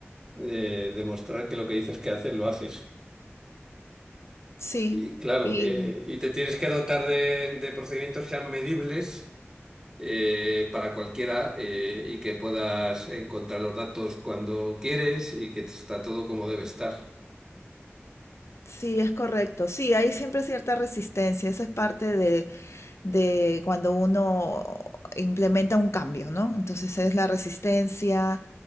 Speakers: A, on the right; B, on the left.
A: eh, demostrar que lo que dices que haces, lo haces.
B: Sí,
A: Y claro,
B: y
A: eh, y te tienes que dotar de, de procedimientos que sean medibles eh, para cualquiera eh, y que puedas encontrar los datos cuando quieres y que está todo como debe estar.
B: sí, es correcto. Sí, hay siempre cierta resistencia. Esa es parte de de cuando uno implementa un cambio, ¿no? Entonces es la resistencia,